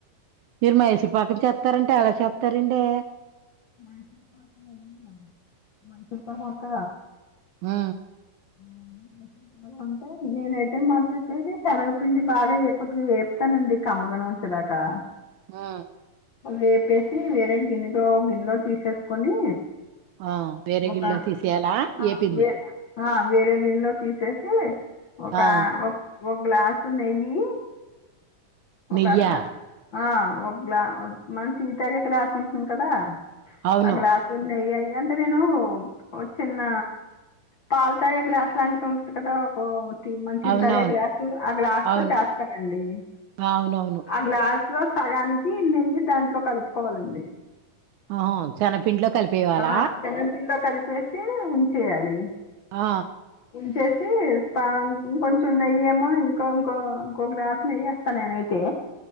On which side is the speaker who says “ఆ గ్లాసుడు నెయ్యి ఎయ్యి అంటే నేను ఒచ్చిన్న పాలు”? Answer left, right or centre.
Left